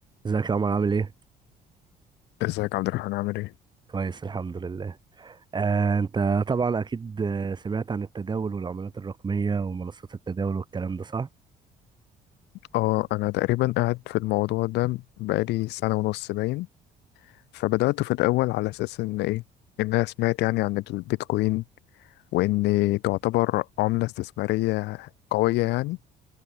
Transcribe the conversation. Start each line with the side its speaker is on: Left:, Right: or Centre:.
Right: ازيك يا عمر عامل ايه؟
Left: ازيك يا عبد الرحمن عامل ايه؟
Right: كويس الحمد لله آه انت طبعا اكيد آه، سمعت عن التداول والعملات الرقمية ومنصات التداول والكلام ده صح؟
Left: اه انا تقريبا قاعد في الموضوع ده بقالي سنة ونص باين فبدأت في الاول على اساس ان ايه ان انا سمعت يعني عن البيتكوين وان تعتبر عملة استثمارية قوية يعني